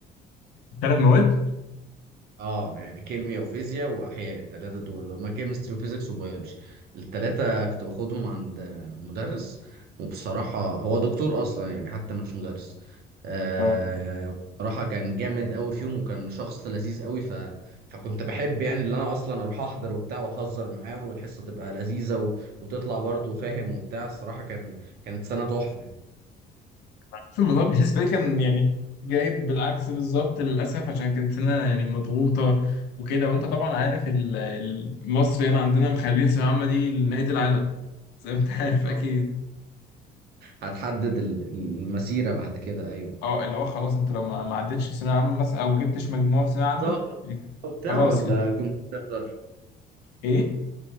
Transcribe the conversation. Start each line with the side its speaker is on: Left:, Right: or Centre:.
Left: ثلاث مواد
Right: اه يعني كيمياء وفيزياء واحياء الثلاثه دول اللي هم كيمستري وفيزيكس وبيولوجي الثلاثه كنت باخدهم عند مدرس وبصراحه هو دكتور اصلا يعني حتى مش مدرس آه
Left: اه
Right: بصراحه كان جامد قوي فيهم وكان شخص لذيذ قوي ف... فكنت بحب يعني اللي انا اصلا اروح احضر وبتاع واهزر معاه والحصه تبقى لذيذه و... وتطلع برضه فاهم وبتاع الصراحه كان كانت سنه تحفه يعني
Left: <laughs> في الموضوع بالنسبة لي كان يعني جايب بالعكس بالظبط للأسف عشان كانت هنا يعني مضغوطة وكده وانت طبعا عارف ال- ال- مصر هنا عندنا مخليه الثانوية العامة دي نهاية العالم زي ما انت
Right: <laughs>
Left: عارف
Right: لو
Left: اكيد
Right: هتحدد ال- المسيره بعد كده ايوه
Left: اه اللي هو خلاص انت لو ما ما عدتش في ثانويه عامه مثلا او ما جبتش مجموعه في ثانويه
Right: بتزوغ
Left: عامه
Right: من الدروس وبتاع
Left: خلاص
Right: ولا
Left: كده
Right: كنت بتحضر؟
Left: ايه